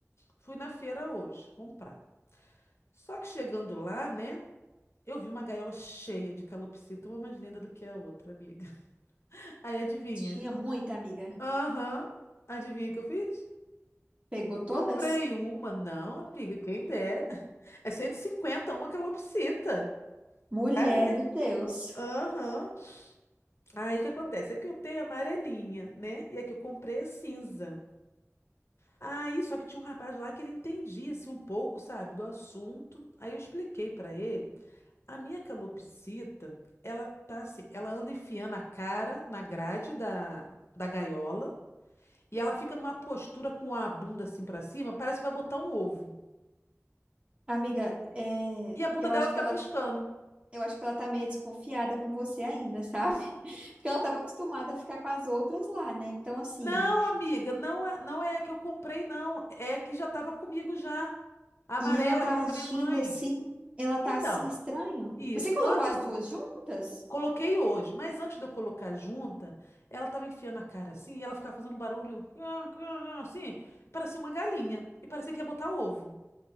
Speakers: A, on the left; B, on the right.
A: Fui na feira hoje comprar. Só que chegando lá, né? Eu vi uma gaiola cheia de calopsita, uma mais linda do que a outra, amiga. <laughs> Aí adivinha?
B: Tinha muita, amiga.
A: Aham. Adivinha o que eu fiz?
B: Pegou todas?
A: Comprei uma. Não, amiga, quem dera. É 150 uma calopsita.
B: Mulher
A: Cara,
B: do Deus.
A: aham. Aí o que acontece? É que eu tenho a amarelinha, né? E a que eu comprei é cinza. Aí, só que tinha um rapaz lá que ele entendia, assim, um pouco, sabe, do assunto. Aí eu expliquei pra ele A minha calopsita, ela tá assim, ela anda enfiando a cara na grade da, da gaiola e ela fica numa postura com a bunda assim pra cima, parece que vai botar um ovo.
B: Amiga, é,
A: E a bunda
B: eu
A: dela
B: acho
A: fica
B: que ela,
A: piscando.
B: eu acho que ela tá meio desconfiada com você ainda, sabe? <laughs> Porque ela tava acostumada a ficar com as outras lá, né? Então, assim.
A: Não, amiga, não é, não é a que eu comprei, não. É a que já estava comigo já. A amarela,
B: E ela tá
A: que era
B: agindo
A: da minha mãe.
B: assim, ela tá
A: Então,
B: assim estranho.
A: isso.
B: Mas Você colocou
A: Antes
B: as duas juntas?
A: Coloquei hoje, mas antes de eu colocar a junta, ela tava enfiando a cara assim e ela ficava fazendo um barulho "Ah, ah, ah", assim, e parecia uma galinha e parecia que ia botar ovo.